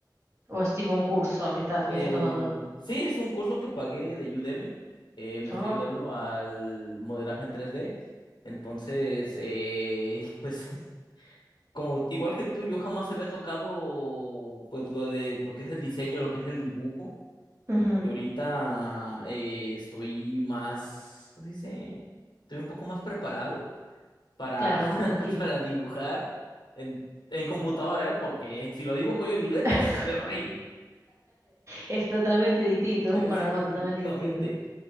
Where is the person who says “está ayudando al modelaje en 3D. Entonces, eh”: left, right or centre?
Left